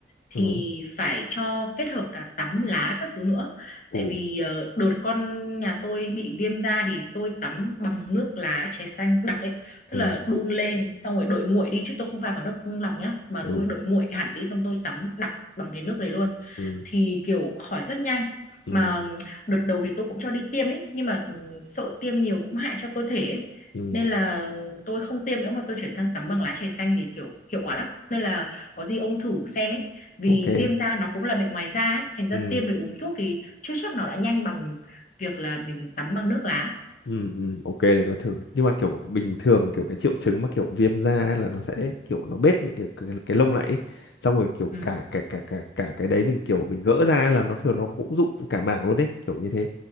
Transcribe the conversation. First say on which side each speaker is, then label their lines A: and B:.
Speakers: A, on the left; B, on the left.
A: thì
B: ừ
A: phải cho kết hợp cả tắm lá các thứ nữa.
B: ừ
A: Tại vì ờ, đợt con nhà tôi bị viêm da thì tôi tắm bằng nước lá chè xanh đặc ấy, tức
B: ừ
A: là đun lên xong rồi đợi nguội đi chứ tôi không pha vào nước lọc nhá, mà
B: ừ
A: tôi đợi nguội hẳn đi xong tôi tắm đặc bằng cái nước đấy luôn.
B: ừ
A: Thì kiểu khỏi rất nhanh.
B: ừ
A: Mà đợt đầu thì tôi cũng cho đi tiêm ấy nhưng mà ừ, sợ tiêm nhiều cũng hại cho cơ thể ấy
B: ừ.
A: nên là tôi không tiêm nữa mà tôi chuyển sang tắm bằng lá chè xanh thì kiểu hiệu quả lắm nên là có gì ông thử xem ấy vì
B: ok
A: viêm da nó cũng là bệnh ngoài da ấy thành ra
B: ừ
A: tiêm với uống thuốc thì chưa chắc nó đã nhanh bằng việc là mình tắm bằng nước lá
B: Ừ, ừ, ok để tôi thử nhưng mà kiểu bình thường kiểu cái triệu chứng mà kiểu viêm da ấy là nó sẽ kiểu nó bết những cái cái, cái lông lại ấy. Xong rồi kiểu
A: ừ
B: cả cả cả cả cả cái đấy mình kiểu mình gỡ ra ấy là nó thường nó cũng rụng cả mảng luôn đấy kiểu như thế